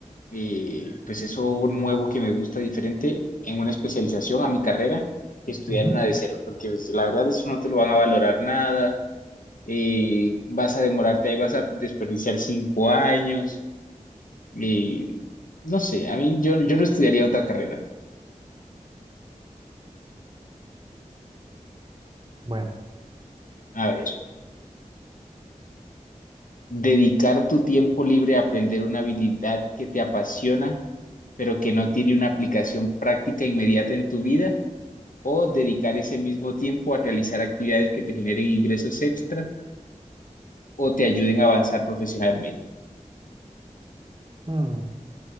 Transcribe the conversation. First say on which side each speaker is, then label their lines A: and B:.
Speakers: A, on the left; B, on the right.
A: eh, pues eso nuevo que me gusta diferente en una especialización a mi carrera, estudiar
B: Ujú.
A: una de cero, porque pues, la verdad eso no te lo van a valorar nada, eh, vas a demorarte ahí, vas a desperdiciar cinco años. Y no sé, a mí yo, yo no estudiaría otra carrera.
B: Bueno,
A: A ver, dedicar tu tiempo libre a aprender una habilidad que te apasiona, pero que no tiene una aplicación práctica inmediata en tu vida, o dedicar ese mismo tiempo a realizar actividades que te generen ingresos extra o te ayuden a avanzar profesionalmente.
B: mm,